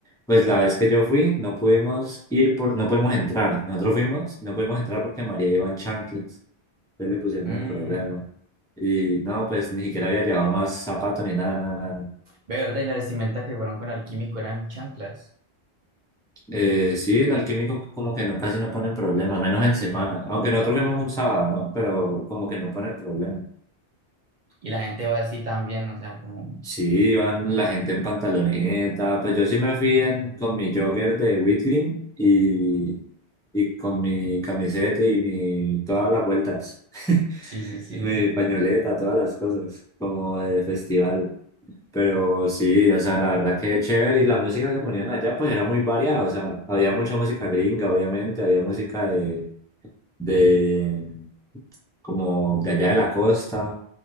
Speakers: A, in the centre; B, on the right.
A: pues la vez que yo fui, no pudimos ir por, no pudimos entrar. Nosotros fuimos, no pudimos entrar porque María iba en chanclas. Entonces le pusieron
B: mm.
A: el problema. Y no, pues ni siquiera había llevado más zapatos ni nada, nada, nada.
B: Ve, verdad, y la vestimenta que fueron con Alquímico eran chanclas.
A: Eh, sí, en alquímico como que no, casi no ponen problema, menos en semana. Aunque nosotros vemos un sábado, ¿no? Pero como que no ponen problema.
B: Y la gente va así también, o sea, como.
A: Sí, van la gente en pantaloneta. Pues yo sí me fui en- con mi jogger de Whitgreen y, y con mi camiseta y mi, todas las vueltas. <laughs>
B: Sí, sí, sí.
A: Mi pañoleta, todas las cosas, como de festival. Pero sí, o sea, la verdad que chévere. Y la música que ponían allá, pues era muy variada. O sea, había mucha música gringa, obviamente, había música de como de allá de la costa,